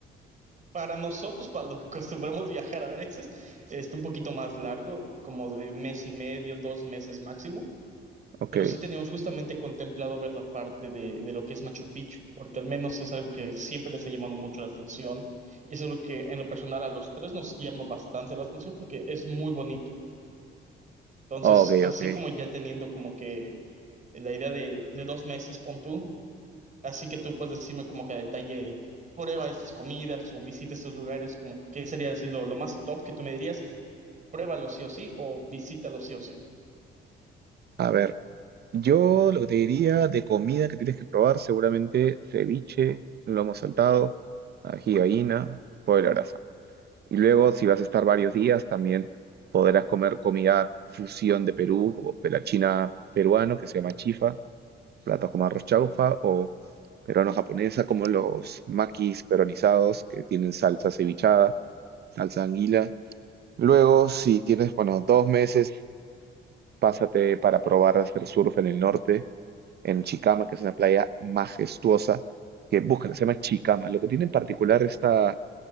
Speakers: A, on the right (about 40°); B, on the right (about 55°).
A: para nosotros, para lo que acostumbramos viajar a veces, este, un poquito más largo, como de mes y medio, dos meses máximo
B: Ok,
A: pero sí teníamos justamente contemplado ver la parte de, de lo que es Machu Picchu, porque al menos es algo que siempre les ha llamado mucho la atención y es algo que en lo personal a los tres nos llama bastante la atención porque es muy bonito. Entonces,
B: ok,
A: así
B: ok.
A: como ya teniendo como que la idea de, de dos meses, pon tú, así que tú puedes decirme como que a detalle, prueba estas comidas o visita estos lugares, como qué sería decir lo, lo más top que tú me dirías, pruébalo sí o sí o visítalo sí o sí.
B: A ver, yo lo que te diría de comida que tienes que probar, seguramente ceviche, lomo saltado, ají de gallina, pollo a la brasa. Y luego, si vas a estar varios días, también podrás comer comida fusión de Perú, como pela china peruano, que se llama chifa, platos como arroz chaufa peruano-japonesa, como los makis peronizados que tienen salsa cevichada, salsa anguila. Luego, si tienes, bueno, dos meses, pásate para probar a hacer surf en el norte, en Chicama, que es una playa majestuosa, que búscala, se llama Chicama. Lo que tiene en particular esta,